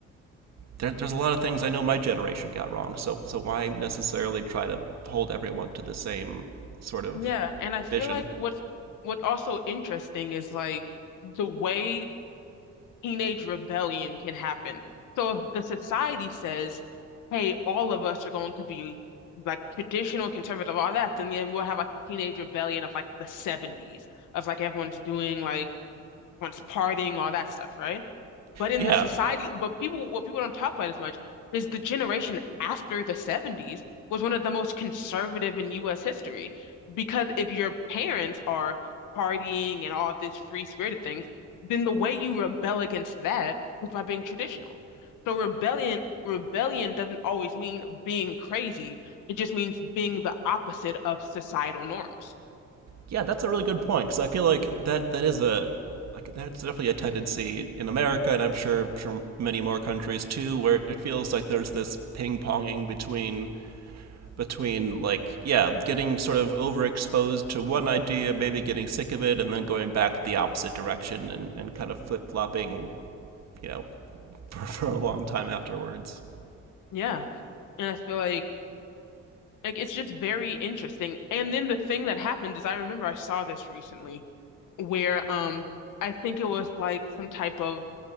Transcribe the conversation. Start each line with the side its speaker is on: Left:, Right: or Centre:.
Right: there, there's a lot of things I know my generation got wrong so so why necessarily try to hold everyone to the same sort of
Left: yeah. And I feel
Right: vision
Left: like what's what's also interesting is like the way teenage rebellion can happen. So if the society says, hey, all of us are going to be like traditional conservative, all that, then yeah, we'll have like teenage rebellion of like the 70s, of like everyone's doing like once partying, all that stuff, right? But in
Right: yeah
Left: the society, but people, what people don't talk about as much is the generation after the 70s was one of the most conservative in US history. Because if your parents are partying and all this free spirited things, then the way you rebel against that was by being traditional. So rebellion, rebellion doesn't always mean being crazy. It just means being the opposite of societal norms.
Right: Yeah, that's a really good point because I feel like that that is a like that's definitely a tendency in America, and I'm sure sure many more countries too, where it feels like there's this ping ponging between between like yeah, getting sort of overexposed to one idea, maybe getting sick of it, and then going back the opposite direction and and kind of flip flopping, you know, <laughs> for for a long time afterwards.
Left: Yeah. And I feel like Like it's just very interesting. And then the thing that happened is I remember I saw this recently where um I think it was like some type of